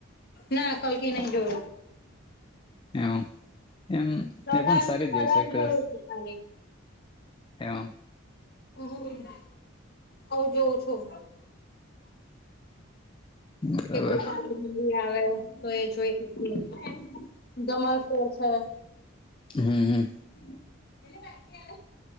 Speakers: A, on the left; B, on the left.
A: ના કલકી નહી જોયું
B: એ એમ
A: કલર
B: એ પણ સારી
A: કલર
B: જ જેવી છે કદાચ
A: જોયું છે ખાલી
B: એવ
A: હમ હ જોઉ છું.
B: બરાબર
A: કે કોઈ આવે તો એ જોઈ શકી દમલ સળ છે.
B: હા હા
A: <unintelligible>